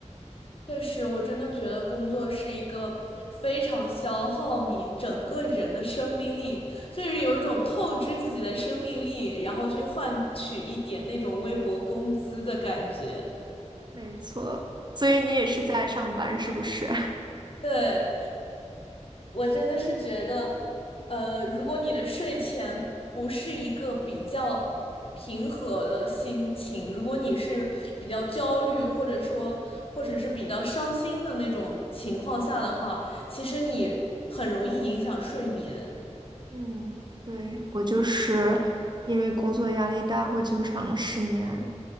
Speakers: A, on the left; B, on the right.
A: 确实，我真的觉得工作是一个非常消耗你整个人的生命力，就是有一种透支自己的生命力，然后去换取一点那种微薄工资的感觉。
B: <laughs> 没错，所以你也是在上班，是不是？
A: 对，我真的是觉得，呃，如果你的睡前不是一个比较平和的心情，如果你是比较焦虑，或者说或者是比较伤心的那种情况下的话，其实你很容易影响睡眠。
B: 嗯，对，我就是因为工作压力大，会经常失眠，